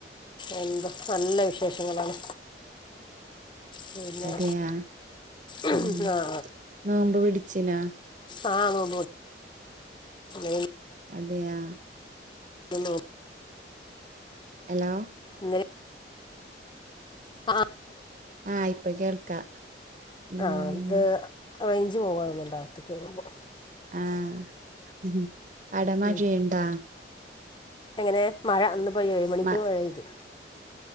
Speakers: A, on the left; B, on the right.
A: എന്താ നല്ല വിശേഷങ്ങളാണ് പിന്നെ
B: അതെയാ
A: അ
B: ഉം നോമ്പ് പിടിച്ചിനോ
A: അ അ
B: അതെയാ
A: ഹലോ
B: എലോ
A: എന്തെ ആ
B: ആ ഇപ്പൊ കേൾക്കാ ഉം
A: ആ ത് റേഞ്ച് പോവാന്ന് തോന്നണ്ട് ആത്തേക്ക് കേറുമ്പോ
B: ആ ഉം അടെ മഴയ്യിണ്ടാ
A: ഉം എങ്ങനെ മഴ ഇന്ന് ഇപ്പോ ഏഴ് മണിക്കൊരു
B: മ
A: മഴ പെയ്ത്